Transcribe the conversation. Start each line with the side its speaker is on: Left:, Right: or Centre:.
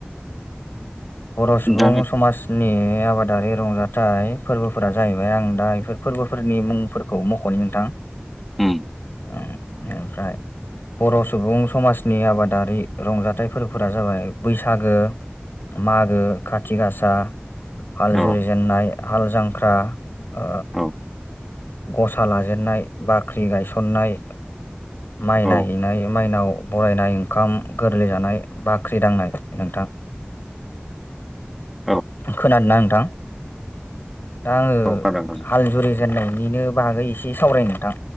Left: बर' सुबुं
Centre: नोंथां
Left: समाजनि बे आबादारि रंजाथाइ फोरबोफोरा जाहैबाय आं दा बेफोर फोरबोफोरनि मुंफोरखौ मख'नो नोंथां । <inaudible>
Centre: उम
Left: उम ओमफ्राय बर' सुबुं समाजनि आबादारि रंजाथाइ फोरफोरा जाबाय बैसागो मागो खाथि गासा हाल
Centre: औ
Left: जुरिजेननाय हाल जांख्रा ओ,
Centre: औ
Left: गसा लाजेननाय बाख्रि गायसननाय माइ
Centre: औ
Left: नायहैनाय माइनाव बरायनाय ओंखाम गोरलै जानाय बाख्रि दांनाय नोंथां
Centre: औ
Left: खोनादोंना नोंथां दा आङो
Centre: औ खोनादों खोनादों।
Left: हाल जुरि जेननायनि बिनो बागै एसे सावरायनोथां।